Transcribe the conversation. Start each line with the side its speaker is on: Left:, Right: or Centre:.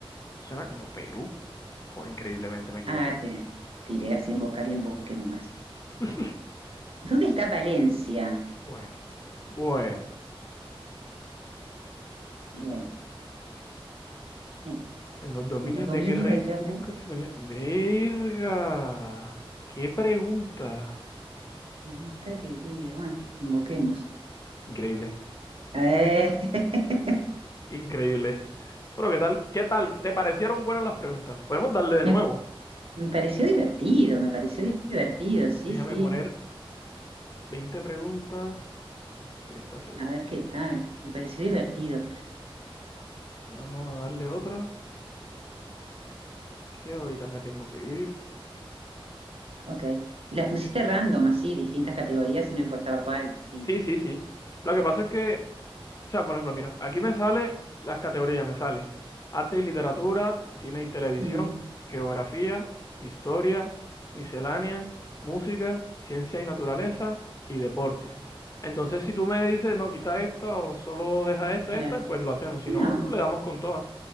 Left: Suena como Perú. Joder, increíblemente me equivoqué.
Right: Ah, pe- tiré así en Bocar y en Boque nomás.
Left: <laughs>
Right: ¿Dónde está Valencia?
Left: Bueno, bueno.
Right: Eh, en,
Left: En los dominios
Right: en los dominios
Left: de qué rey
Right: de
Left: nunca
Right: qué red?
Left: se ponía. ¡Verga! ¡Qué pregunta!
Right: ¿Dónde está, querida? Bueno, invoquemos.
Left: Increíble.
Right: Eh, <laughs>
Left: Increíble. Bueno, ¿qué tal? ¿Qué tal? ¿Te parecieron buenas las preguntas? Podemos darle de
Right: me,
Left: nuevo.
Right: me pareció divertido, me pareció divertido, sí,
Left: Déjame
Right: sí.
Left: poner 20 preguntas, 30 segundos.
Right: A ver qué tal. Me pareció divertido.
Left: Vamos a darle otra, que ahorita me tengo que ir.
Right: ok. Las pusiste random, así, distintas categorías y no importaba cuál, sí.
Left: Sí, sí, sí. Lo que pasa es que O sea, por ejemplo, mira, aquí me sale las categorías, me sale arte y literatura, cine y televisión,
Right: Mm,
Left: geografía, historia, miscelánea, música, ciencia y naturaleza y deporte. Entonces, si tú me dices, no, quita esta o solo deja esta,
Right: claro.
Left: esta, pues lo hacemos, si
Right: No,
Left: no, le damos con todas.